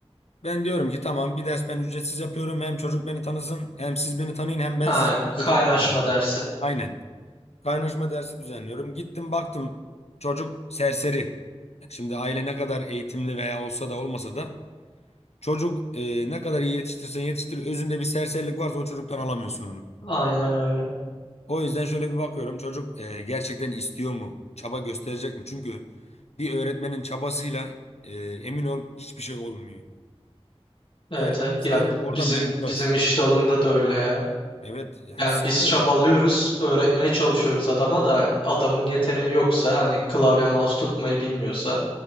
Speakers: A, on the left (about 75°); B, on the left (about 55°).
A: Ben diyorum ki tamam bir ders ben ücretsiz yapıyorum. Hem çocuk beni tanısın hem siz beni tanıyın hem ben
B: Ha
A: sizin
B: kaynaşma
A: çocuğunu tanıyayım.
B: dersi.
A: Aynen. Kaynaşma dersi düzenliyorum. Gittim baktım çocuk serseri. Yani şimdi aile ne kadar eğitimli veya olsa da olmasa da çocuk e, ne kadar iyi yetiştirsen yetiştir özünde bir serserilik varsa o çocuktan alamıyorsun onu.
B: Aynen öyle.
A: O yüzden şöyle bir bakıyorum çocuk e, gerçekten istiyor mu? Çaba gösterecek mi? Çünkü bir öğretmenin çabasıyla e, emin ol hiçbir şey olmuyor.
B: Evet
A: Öğretmen
B: evet
A: sadece
B: ya b-
A: orada
B: bizim
A: mentor.
B: bizim iş dalında da öyle ya.
A: Evet yani
B: Yani
A: siz
B: biz
A: de
B: çabalıyoruz,
A: öyle.
B: öğretmeye çalışıyoruz adama da hani adamın yeteneği yoksa hani klavye mouse tutmayı bilmiyorsa